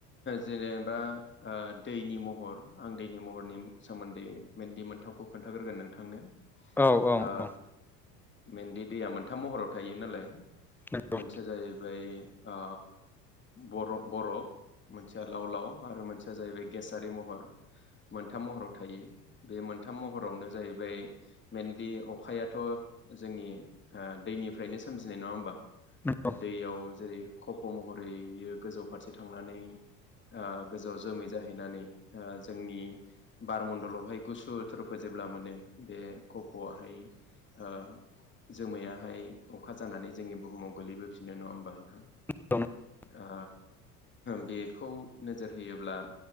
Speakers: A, on the left; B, in the centre.
A: जेनेबा ओ दैनि महर आं दैनि महरनि सोम सोमोन्दैे मेनलि मोनथामखौ खोन्थाग्रोगोन नोंथांनो ओ
B: औ औ औ
A: मेेनलि दैया मोनथाम महराव थायो नालाय
B: नंगौ
A: मोनसेया जाहैबाय ओ बर-बरफ मोनसेया लाव लाव आरो मोनसेया जाहैबाय गेसारि महर मोनथाम महराव थायो बे मोनथाम महरावनो जाहैबाय मेनलि अखायाथ जोंनि ओ दैनिफ्रायनो सोमजिनाय नंङा होमबा
B: नंगौ
A: दैयाव जेरै खफ महरै बियो गोजौ फारसे थांनानै आ गोजौआव जोमै जाहैनानै ओ जोंनि बारमण्डलावहाय गुसु थोरफोजोब जेब्ला मोनो बे कफआहाय ओ जोमैयाहाय अखा जानानै जोंनि बुहुमाव गोलैबोफिननो नंङा होमबा
B: <inaudible>
A: ओ बेखौ नोजोर होयोब्ला